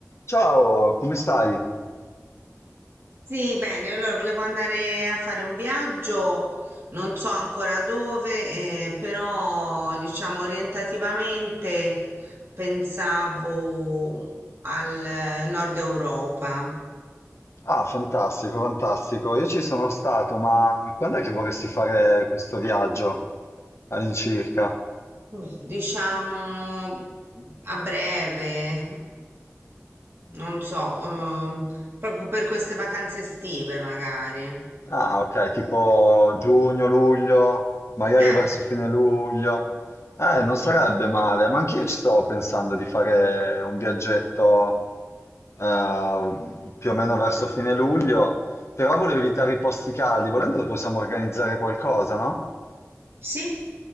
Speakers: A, on the left (about 60°); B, on the right (about 55°).
A: Ciao, come stai?
B: Sì, bene, allora volevo andare a fare un viaggio, non so ancora dove, eh, però diciamo orientativamente pensavo al eh, nord Europa,
A: Ah, fantastico, fantastico. Io ci sono stato, ma quando è che vorresti fare questo viaggio all'incirca?
B: Mm, diciamo a breve, eh, non so, eh, proprio per queste vacanze estive magari.
A: Ah, ok, tipo giugno, luglio, magari
B: Eh.
A: verso fine luglio. Eh, non sarebbe male, ma anch'io ci stavo pensando di fare un viaggetto eh, più o meno verso fine luglio, però volevo evitare i posti caldi, volendo possiamo organizzare qualcosa, no?
B: Sì,